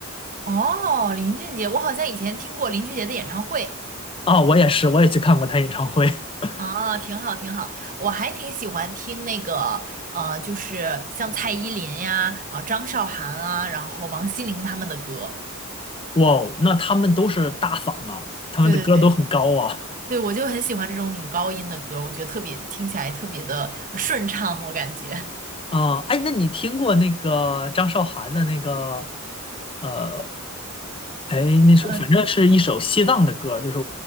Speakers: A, on the right; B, on the left.
A: 哦，林俊杰，我好像以前听过林俊杰的演唱会。
B: 啊，我也是，我也去看过他演唱会。<laughs>
A: 啊，挺好，挺好，我还挺喜欢听那个，呃，就是像蔡依林呀、啊、张韶涵啊，然后王心凌他们的歌。
B: 哇哦，那他们都是大嗓啊，他们的歌都很高啊。
A: 对对对，对，我就很喜欢这种女高音的歌，我觉得特别听起来特别的顺畅，我感觉。
B: 啊，哎，那你听过那个张韶涵的那个呃，哎，
A: <laughs>
B: 那是反正是一首西藏的歌，就是